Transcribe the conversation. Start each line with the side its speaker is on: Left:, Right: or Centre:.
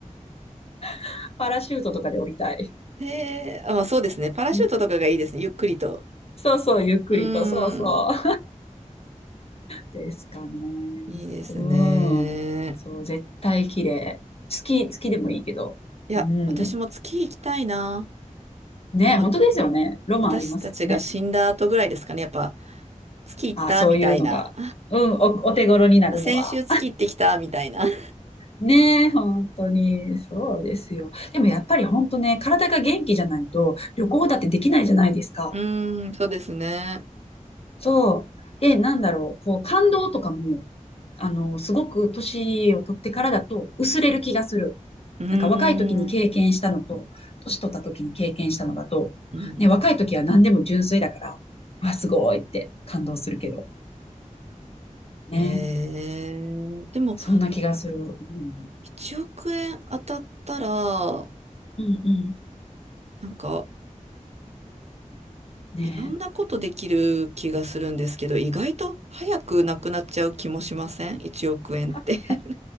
Left: <laughs> パラシュートとかで降りたい。
Right: へえ、あ、まあそうですね。パラシュートとかがいいですね。
Left: うん
Right: ゆっくりと。
Left: そうそう、ゆっくりと、
Right: うー
Left: そうそう。
Right: ん。
Left: ですかね。
Right: いいですね。
Left: うん。そう、絶対綺麗。月、月でもいいけど。
Right: いや、
Left: うん。
Right: 私も月行きたいな。
Left: ね、
Right: でも、
Left: 本当ですよね。ロマンありますよね。
Right: 私たちが死んだ後ぐらいですかね。やっぱ、月行ったみたいな。
Left: あ、そういうのが。うん、お、お手頃になるのは。
Right: あ、先週月行ってきたみたいな。<laughs>
Left: ねえ、本当に、そうですよ。でもやっぱり本当ね、体が元気じゃないと旅行だってできないじゃないですか。
Right: うーん、そうですね。
Left: そう。で、なんだろう、こう、感動とかも、あの、すごく年を取ってからだと薄れる気がする。
Right: うーん。
Left: なんか若い時に経験したのと、
Right: うん
Left: 年取った時に経験したのだと、
Right: うん
Left: ね、若い時は何でも純粋だから、うわ、すごいって感動するけど、ね。
Right: えー、でも、
Left: そんな気がする。うん、
Right: 1億円当たったら、
Left: うん、うん。
Right: なんか、
Left: ね。
Right: いろんなことできる気がするんですけど、意外と早くなくなっちゃう気もしません ?1 億円って。
Left: 確かに。
Right: <laughs>